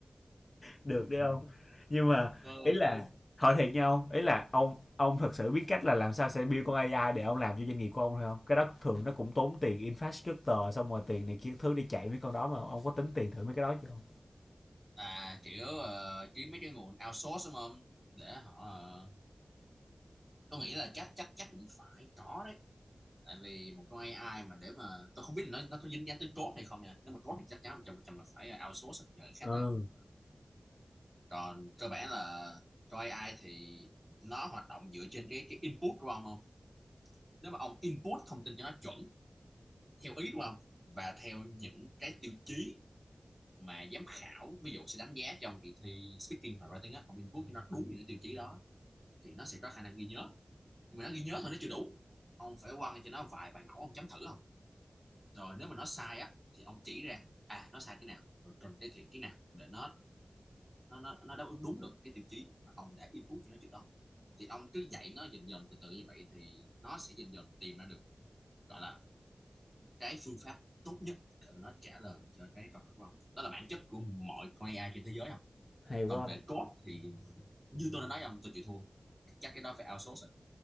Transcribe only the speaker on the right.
tôi
tôi
à kiểu ờ, kiếm mấy cái nguồn outsource đúng không để họ ờ, tôi nghĩ là chắc chắc chắc cũng phải có đấy tại vì một con AI mà để mà tôi không biết là nó nó có dính dáng tới code hay không nha nếu mà code thì chắc chắn trăm phần trăm là phải outsource rồi, nhờ người khác
làm còn cơ bản là con AI thì nó hoạt động dựa trên cái cái input của ông không nếu mà ông input thông tin cho nó chuẩn theo ý của ông và theo những cái tiêu chí mà giám khảo ví dụ sẽ đánh giá trong kỳ thi speaking và writing á ông input cho nó đúng những cái tiêu chí đó thì nó sẽ có khả năng ghi nhớ nhưng mà nó ghi nhớ thôi nó chưa đủ ông phải quăng cho nó vài bài mẫu ông chấm thử rồi nếu mà nó sai á thì ông chỉ ra à nó sai cái nào rồi cần cải thiện cái nào để nó nó nó nó đáp ứng đúng được cái tiêu chí mà ông đã input cho nó trước đó thì ông cứ dạy nó dần dần từ từ như vậy thì nó sẽ dần dần tìm ra được gọi là cái phương pháp tốt nhất để mà nó trả lời cho cái câu hỏi của ông đó là bản chất của mọi con AI trên thế giới không
còn
về code thì như tôi đã nói với ông tôi chịu thua chắc cái đó phải outsource rồi